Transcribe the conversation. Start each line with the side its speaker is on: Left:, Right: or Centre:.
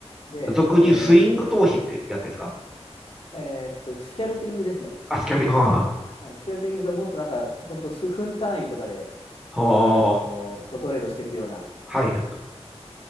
Left: で、
Centre: あ。俗にスイング投資ってやつですか
Left: えーえーっと、スキャルピングですね。
Centre: あ、スキャリ、はあは
Left: はい、スキャルピングがもっとなんか、本当数分単位とかで、
Centre: あ。
Left: あのーこうトレードしていくような、
Centre: ははいはい。